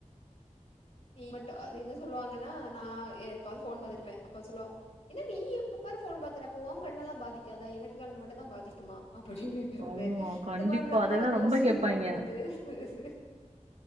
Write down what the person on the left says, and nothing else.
நீ மட்டும் அது என்ன சொல்லுவாங்கன்னா நான் எப்பாது போன் பாத்துட்டுப்பேன் அப்ப சொல்லுவா என்ன நீ இப்ப பாரு போன் பாக்குறப்ப உன் கண்ணெல்லாம் பாதிக்காதா எனக்கு கண்ணு மட்டும் தான் பாதிக்குமா அப்பின்னு கே க்குறது
இந்த பாரு நம்மள
கொஸ்டின்
பண்றது ஸ் ஸ்